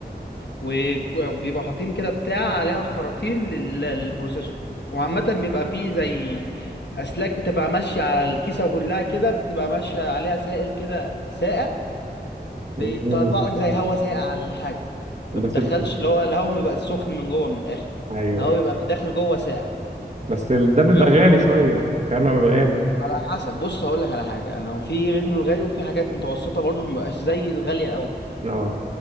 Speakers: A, on the left; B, on the right.
A: و- وبيبقى حاطين كده بتاع عليها خراطيم لل... للبروسيسور وعامة بيبقى فيه زي أسلاك بتبقى ماشية على الكيسة كلها كده بتبقى ماشية عليها سائل كده ساقع
B: مم.
A: بيطلع لك زي هوا ساقع على الحاجة ما
B: بس
A: بتدخلش اللي هو الهوا ما بيبقى سخن من جوه من الآخر
B: أيوه
A: الهوا
B: أيوه.
A: بيبقى داخل جوه ساقع
B: بس ال- ده بيبقى
A: ويخرج
B: غالي شوية كلامنا بيبقى غالي
A: على حسب بص هقول لك على حاجة لو في منه الغالي وفي حاجات متوسطة برضه ما بيبقاش زي الغالية قوي
B: اه